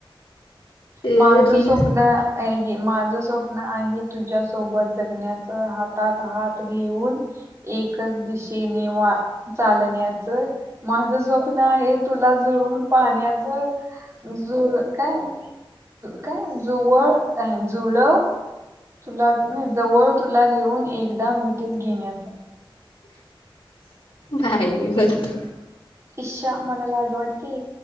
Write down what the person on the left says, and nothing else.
ते
रील
बाई म्हणतो.